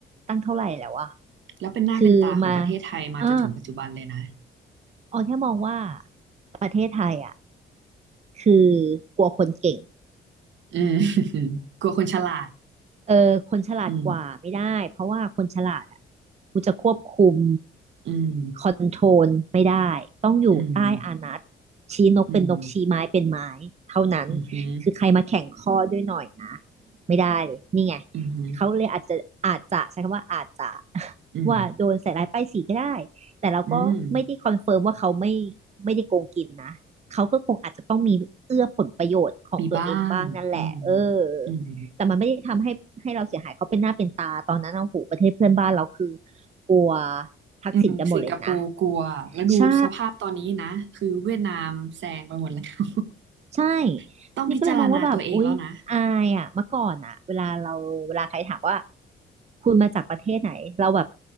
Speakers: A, on the right; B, on the right.
A: ตั้งเท่าไหร่แล้วอะ
B: แล้วเป็นหน้าเป็นตาของประเทศไทยมาจนถึงปัจจุบันเลยนะ
A: คือมาอ่าออแค่มองว่าประเทศไทยอะคือกลัวคนเก่ง
B: อืม <laughs> กลัวคนฉลาด
A: เออคนฉลาดกว่าไม่ได้เพราะว่าคนฉลาดอ่ะ
B: อืม
A: กูจะควบคุม
B: อืม
A: คอนโทรลไม่ได้ต้องอยู่ใต้อานัต
B: อืม
A: ชี้นกเป็นนกชี้ไม้เป็นไม้เท่านั้น
B: อืมอืมอหืม
A: คือใครมาแข่งข้อด้วยหน่อยนะไม่ได้เลยนี่ไง
B: ออืมอหืม
A: เขาเลยอาจจะอาจจะใช้คำว่าอาจจะ <laughs>
B: ออืม
A: ว่าโดนใส่ร้ายป้ายสีก็ได้แต่เราก็ไม่ได้คอนเฟิร์มว่าเขาไม่
B: อืม
A: ไม่ได้โกงกินนะเขาก็คงอาจจะต้องมีเอื้อผลประโยชน์ของตัวเองบ้างนั่นแหละเออ
B: มีบ้างอืมอืม
A: แต่มันไม่ได้ทำให้ให้เราเสียหายเขาเป็นหน้าเป็นตาตอนนั้นเอาหูประเทศเพื่อนบ้านเราคือกลัวทักษิณกันหมดเลยนะ
B: อืมสิงคโปร์กลัว แล้วดูสภาพตอนนี้นะ
A: ใช่
B: คือเวียดนามแซงไปหมดแล้ว
A: ใช่
B: <laughs> ต้องพิจารณาตัวเองแล้วนะ
A: นี่ก็เลยมองว่าแบบอุ๊ยอายอ่ะเมื่อก่อนอ่ะเวลาเราเวลาใครถามว่าคุณมาจากประเทศไหนเราแบบ